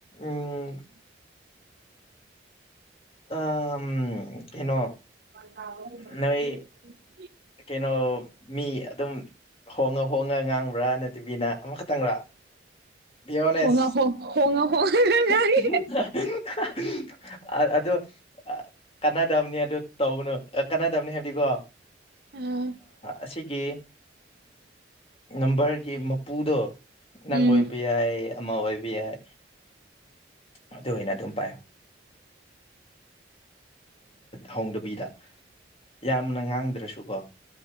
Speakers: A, on the left (about 30°); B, on the right (about 60°).
A: ꯎꯝ ꯑ ꯀꯩꯅꯣ
B: ꯑ
A: ꯅꯣꯏ ꯀꯩꯅꯣ ꯃꯤ ꯑꯗꯨꯝ ꯍꯣꯡꯉ ꯍꯣꯡꯉ ꯉꯥꯡꯕ꯭ꯔꯥ ꯅꯠꯇꯕꯤꯅ ꯑꯃꯈꯛꯇꯪꯕꯥ ꯄꯣꯅꯦꯁ
B: ꯍꯣꯡꯉ ꯍꯣꯡꯉ ꯍꯣꯡꯉꯒ ꯉꯥꯡꯉꯤ
A: <inaudible> ꯑ ꯑꯗꯨ ꯑꯗꯨ ꯀꯅꯥ ꯗꯥꯝꯅꯤ ꯑꯗꯨ ꯇꯧꯕꯅ ꯀꯥꯟꯅꯗꯕꯅꯤ ꯍꯥꯏꯕꯗꯤꯀꯣ
B: ꯑꯥ
A: ꯑꯁꯤꯒꯤ ꯅꯝꯕꯔꯒꯤ ꯃꯄꯨꯗꯣ ꯅꯪ
B: ꯎꯝ
A: ꯑꯣꯏ ꯌꯥꯏ ꯑꯃ ꯑꯣꯏꯕ ꯌꯥꯏ ꯑꯗꯨ ꯑꯣꯏꯅ ꯑꯗꯨꯝ ꯄꯥꯏꯌ ꯍꯣꯡꯗꯕꯤꯗ ꯌꯥꯝꯅ ꯉꯥꯡꯗ꯭ꯔꯁꯨꯀꯣ